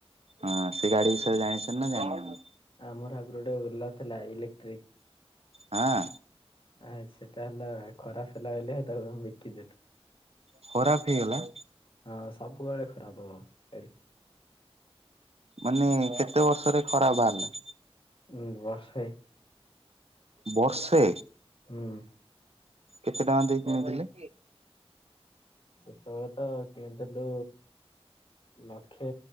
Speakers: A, on the right; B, on the left.
A: ହଁ ସେ ଗାଡ଼ି ବିଷୟରେ ଜାଣିଛନ୍ତି ନାଁ ଜାଣିନାହାଁ
B: ଆମର ଆଗୁରୁ ଗୋଟେ ଓଲା ଥିଲା ଇଲେକ୍ଟ୍ରି।
A: ହଁ?
B: ଆ ସେଟା ହେଲା ଖରାପ ହେଲା ବୋଲିଆ ହେଟାକୁ ଆମେ ବିକିଦେଲୁ।
A: ଖରାପ ହେଇଗଲା?
B: ହଁ ସବୁବେଳେ ଖରାପ ହବ। ଗାଡି
A: ମାନେ କେତେ ବର୍ଷରେ ଖରାପ ବାହାରିଲା?
B: ଉଁ ବର୍ଷେ।
A: ବର୍ଷେ?
B: ହୁଁ।
A: କେତେ ଟଙ୍କା ଦେଇ କିଣିଥିଲେ?
B: ସେତୋଳେ ତ କିଣିଥିଲୁ ଲକ୍ଷେ